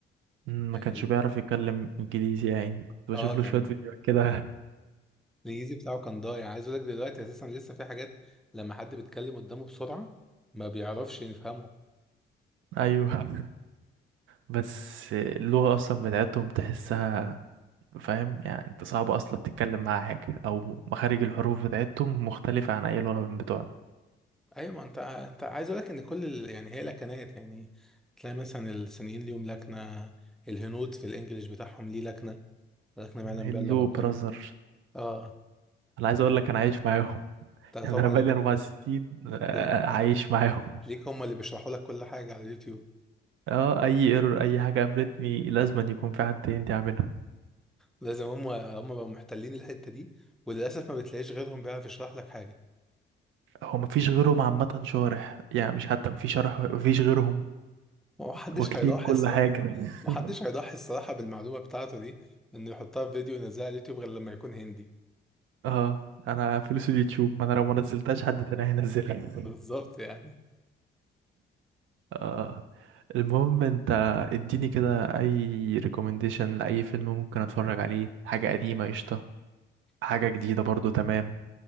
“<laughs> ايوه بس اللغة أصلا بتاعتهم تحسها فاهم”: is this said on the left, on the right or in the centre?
Right